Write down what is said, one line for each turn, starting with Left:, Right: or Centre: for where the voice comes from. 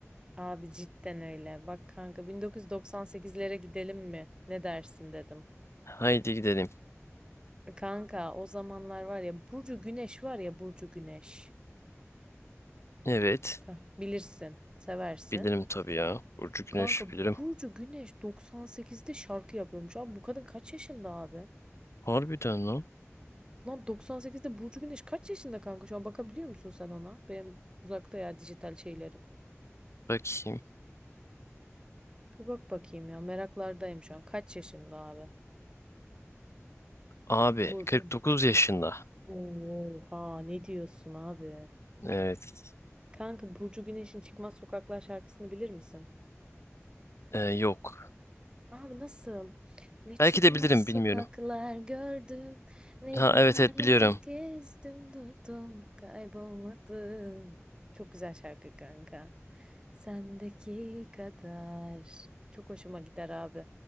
Right: Abi cidden öyle. Bak kanka 1998'lere gidelim mi? Ne dersin dedim.
Left: Haydi gidelim.
Right: Kanka o zamanlar var ya Burcu Güneş var ya Burcu Güneş.
Left: Evet.
Right: Hah, Bilirsin, seversin.
Left: Bilirim tabii ya. Burcu Güneş
Right: Kanka
Left: bilirim.
Right: Burcu Güneş 98'de şarkı yapıyormuş. Abi bu kadın kaç yaşında abi?
Left: Harbiden lan.
Right: Lan 98'de Burcu Güneş kaç yaşında kanka? Şu an bakabiliyor musun sen ona? Benim uzakta ya dijital şeylerim.
Left: Bakayım.
Right: Bir bak bakayım ya meraklardayım şu an. Kaç yaşında abi?
Left: Abi
Right: Burcu.
Left: 49 yaşında.
Right: Oha ne diyorsun abi?
Left: Evet.
Right: Kanka Burcu Güneş'in Çıkmaz Sokaklar şarkısını bilir misin?
Left: E, yok.
Right: Abi nasıl? Ne çıkmaz
Left: Belki de bilirim bilmiyorum.
Right: sokaklar gördüm, ne
Left: Ha
Right: diyarlar
Left: evet evet biliyorum.
Right: gezdim durdum, kaybolmadım. Çok güzel şarkı kanka. Sendeki kadar. Çok hoşuma gider abi.